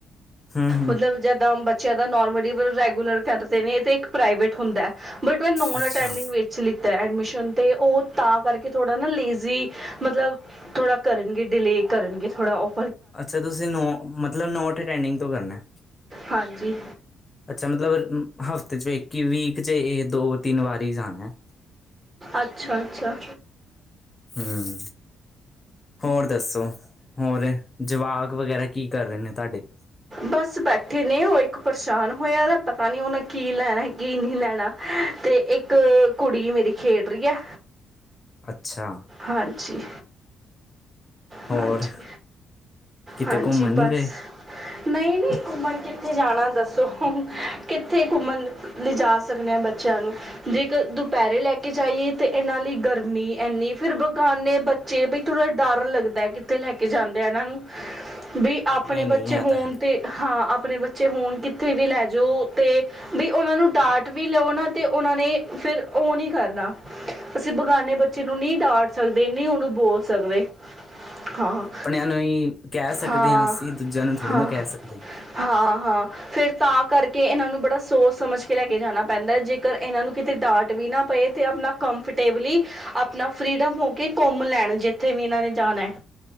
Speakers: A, on the left (about 25°); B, on the right (about 35°).
A: ਹਮ ਹਮ
B: ਮਤਲਬ ਜਿਆਦਾ ਬੱਚਿਆਂ ਦਾ ਨੋਰਮਲੀ ਰੈਗੂਲਰ ਕਰਦੇ ਨੇ ਤਾਂ ਇੱਕ ਪ੍ਰਾਈਵੇਟ ਹੁੰਦਾ। ਬਟ ਮੈਂ ਨੋਨ
A: ਅੱਛਾ
B: ਅਟੈਂਡਿੰਗ ਵਿੱਚ ਲਿੱਤਾ ਐ ਐਡਮਿਸ਼ਨ ਤੇ ਉਹ ਤਾਂ ਕਰਕੇ ਥੋੜਾ ਨਾ ਲੇਜ਼ੀ ਮਤਲਬ ਥੋੜ੍ਹਾ ਕਰਨਗੇ ਡਿਲੇਅ ਕਰਨਗੇ ਥੋੜਾ ਉਹ
A: ਅੱਛਾ ਤੁਸੀਂ ਨੋ, ਮਤਲਬ ਨੋਟ ਅਟੈਂਡਿੰਗ ਤੋਂ ਕਰਨਾ।
B: ਹਾਂਜੀ।
A: ਅੱਛਾ ਮਤਲਬ, ਹਫ਼ਤੇ 'ਚ ਇੱਕ ਹੀ, ਵੀਕ 'ਚ ਇਹ ਦੋ- ਤਿੰਨ ਵਾਰੀ ਜਾਣਾ ਹੈ।
B: ਅੱਛਾ- ਅੱਛਾ।
A: ਹਮ ਹੋਰ ਦੱਸੋ ਹੋਰ ਜਵਾਕ ਵਗੈਰਾ ਕੀ ਕਰ ਰਹੇ ਨੇ ਤੁਹਾਡੇ?
B: ਬਸ ਬੈਠ ਕਿੰਨੇ ਉਹ ਇੱਕ ਪਰੇਸ਼ਾਨ ਹੋਇਆ ਦਾ ਪਤਾ ਨੀ ਉਹਨੇ ਕੀ ਲੈਣਾ ਕੀ ਨਹੀਂ ਲੈਣਾ। ਤੇ ਇੱਕ ਕੁੜੀ ਮੇਰੀ ਖੇਡ ਰਹੀ ਹੈ।
A: ਅੱਛਾ
B: ਹਾਂਜੀ। ਹਾਂਜੀ
A: ਹੋਰ ਕਿਤੇ
B: ਹਾਂਜੀ
A: ਘੁੰਮਣ ਨਹੀਂ
B: ਬਸ।
A: ਗਏ
B: ਨਈ-ਨਈ ਘੁੰਮਣ ਕਿੱਥੇ ਜਾ ਨਾ ਦੱਸੋ ਕਿੱਥੇ ਘੁੰਮਣ ਲਿਜਾ ਸਕਦੇ ਆ ਬ ਚਲੋ ਜੇਕਰ ਦੁਪੈਰੇ ਲੈ ਕੇ ਜਾਈਏ ਤੇ ਇਨਾਂ ਲਈ ਗਰਮੀ ਇੰਨੀ ਫਿਰ ਬਗਾਨੇ ਬੱਚੇ ਬਈ ਥੋੜਾ ਡਰ ਲੱਗਦਾ ਕਿੱਥੇ ਲੈ ਕੇ ਜਾਂਦੇ ਆ ਇਨਾਂ ਨੂੰ। ਵੀ ਆਪਣੇ
A: ਨਹੀਂ
B: ਬੱਚੇ
A: ਨਹੀਂ ਇਹ
B: ਹੋਨ
A: ਤਾਂ ਹੈ
B: ਤੇ ਹਾਂ ਆਪਣੇ ਬੱਚੇ ਹੋਣ, ਕਿੱਥੇ ਵੀ ਲੈ ਜੋ ਤੇ ਬੀ ਉਹਨਾਂ ਨੂੰ ਡਾਟ ਵੀ ਲਓ ਨਾ, ਤੇ ਉਹਨਾਂ ਨੇ ਫਿਰ ਉਹ ਨੀ ਕਰਨਾ। ਅਸੀਂ ਬਗਾਨੇ ਬੱਚੇ ਨੂੰ ਨੀ ਡਾਟ ਸਕਦੇ, ਨੀ ਉਹਨੂੰ ਬੋਲ ਸਕਦੇ, ਹਾਂ।
A: ਨਈ, ਕੈ ਸਕਦੇ
B: ਹਾਂ
A: ਆ ਅਸੀ ਦੂਜੇਆਂ ਨੂੰ ਥੋੜ੍ਹੀ
B: ਹਾਂ
A: ਨਾ ਕੈ ਸਕਦੇ ਆ।
B: ਹਾਂ, ਹਾਂ। ਫਿਰ ਤਾਂ ਕਰਕੇ ਇਹਨਾਂ ਨੂੰ ਬੜਾ ਸੋਚ ਸਮਝ ਕੇ ਲੈ ਕੇ ਜਾਣਾ ਪੈਂਦਾ ਐ। ਜੇਕਰ ਇਹਨਾਂ ਨੂੰ ਕਿਤੇ ਡਾਂਟ ਵੀ ਨਾ ਪਏ। ਤੇ ਆਪਣਾ ਕੰਫਰਟੇਬਲੀ ਆਪਣਾ ਫ੍ਰੀਡਮ ਹੋ ਕੇ ਘੁੰਮ ਲੈਣ ਜਿੱਥੇ ਵੀ ਇਹਨਾਂ ਨੇ ਜਾਣਾ ਐ।